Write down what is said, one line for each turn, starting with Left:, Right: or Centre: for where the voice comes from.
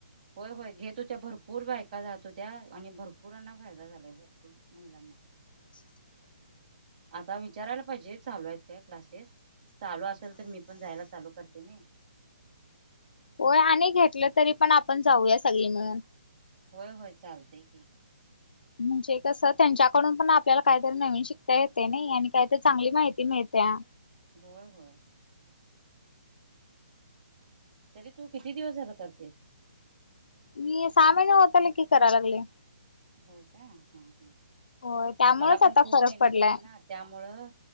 Right: होय होय घेत होत्या भरपूर बायका जात होत्या आणि भरपूरांना फायदा झालाय भरपूर महिलांना.... <unintelligible>
Left: <unintelligible>
Right: आता विचारायला पाहिजे चालू आहेत काय क्लासेस चालू असेल तर मी पण जायला चालू... करते नाही...
Left: होय आणि घेतलं तरी पण आपण जाऊया संगळी मिळून....
Right: होंय होंय चालतय की......
Left: म्हणजे कस त्यांच्याकडून पण आपल्याला काहीतरी नवीन शिकता येतय नाही आणि... काय तर चांगली
Right: हो
Left: माहिती मिळत्या....
Right: होय होय तरी तू किती दिवस झाल करतेस?
Left: मी सहा महीने होत आले कि कराय लागले...
Right: होय का हां हां...
Left: होय त्यामुळेच
Right: मला
Left: आता
Right: पण खूप
Left: फरक
Right: टेन्शन
Left: पडलाय
Right: हाय नां त्यामुळं...